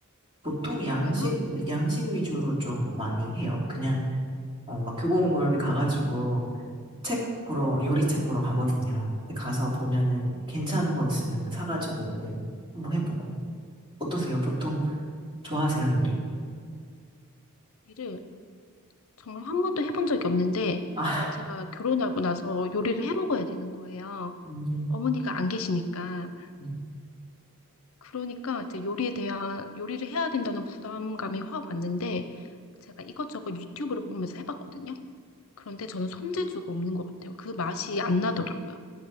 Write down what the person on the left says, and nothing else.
음,
그래요?
요리를 정말 한 번도 해본 적이 없는데
제가 결혼하고 나서 요리를 해 먹어야 되는 거예요.
어머니가 안 계시니까.
그러니까 이제 요리에 대한, 요리를 해야 된다는 부담감이 확 왔는데 제가 이것저것 유튜브를 보면서 해봤거든요. 그런데 저는 손재주가 없는 것 같아요. 그 맛이 안 나더라고요.